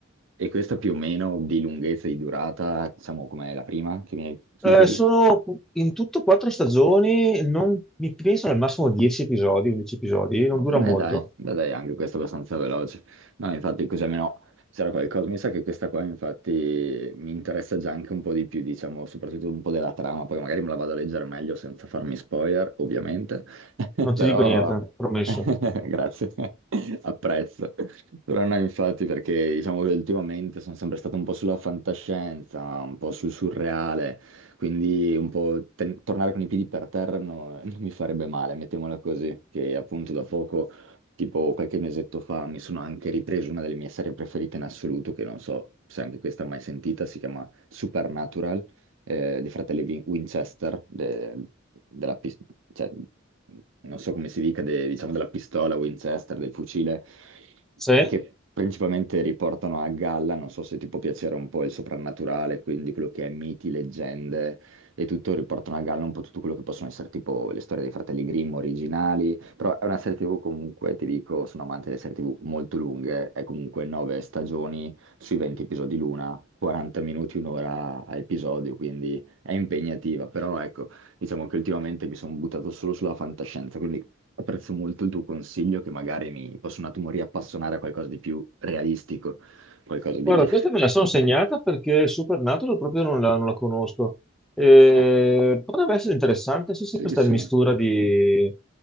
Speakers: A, on the right (about 65°); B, in the centre.
A: E questa più o meno di lunghezza e di durata, diciamo, com'è la prima che mi hai... Sì,
B: Eh,
A: sì.
B: sono in tutto quattro stagioni, non, mi penso al massimo 10 episodi, 11 episodi, non
A: Oh,
B: dura
A: che Beh,
B: molto,
A: dai, beh, dai, anche questo è abbastanza veloce. No, infatti, così almeno c'era qualcosa. Mi sa che questa qua, infatti, mi interessa già anche un po' di più, diciamo, soprattutto un po' della trama. Poi magari me la vado a leggere meglio senza farmi spoiler, ovviamente. <laughs>
B: non
A: Però,
B: ti dico niente, promesso.
A: <laughs> grazie, <laughs> apprezzo. Però no, infatti, perché diciamo che ultimamente sono sempre stato un po' sulla fantascienza, un po' sul surreale. Quindi un po' ten- tornare con i piedi per terra no- <laughs> non mi farebbe male, mettiamola così, che appunto da poco, tipo qualche mesetto fa, mi sono anche ripreso una delle mie serie preferite in assoluto, che non so se anche questa mai sentita, si chiama Supernatural eh, dei fratelli Vin- Winchester, de- della pis- cioè, non so come si dica, de- diciamo della pistola Winchester, del fucile,
B: Sì?
A: che principalmente riportano a galla, non so se ti può piacere un po' il soprannaturale, quindi quello che è miti, leggende e tutto, riportano a galla un po' tutto quello che possono essere tipo le storie dei fratelli Grimm originali, però è una serie TV comunque, ti dico, sono amante delle serie TV molto lunghe, è comunque nove stagioni sui 20 episodi l'una, 40 minuti, un'ora a episodio, quindi è impegnativa, però ecco, diciamo che ultimamente mi sono buttato solo sulla fantascienza, quindi apprezzo molto il tuo consiglio che magari mi posso un attimo riappassionare a qualcosa di più realistico, qualcosa di...
B: Guarda, questa me la sono segnata perché Supernatural proprio non la, non la conosco. Eh,
A: Eh,
B: potrebbe essere interessante, sì,
A: sì,
B: sì, questa
A: sì.
B: mistura di,